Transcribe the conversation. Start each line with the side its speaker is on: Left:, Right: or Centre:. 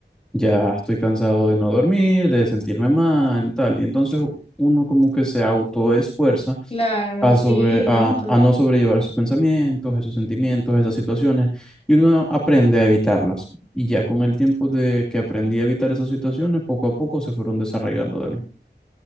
Centre: ya estoy cansado de no dormir, de sentirme mal, tal. Y entonces uno como que se autoesfuerza
Left: claro,
Centre: a,
Left: sí,
Centre: sobre,
Left: no,
Centre: a,
Left: to-
Centre: a no sobrellevar esos pensamientos, esos sentimientos, esas situaciones, y uno aprende a evitarlas. Y ya con el tiempo de que aprendí a evitar esas situaciones, poco a poco se fueron desarraigando de mí.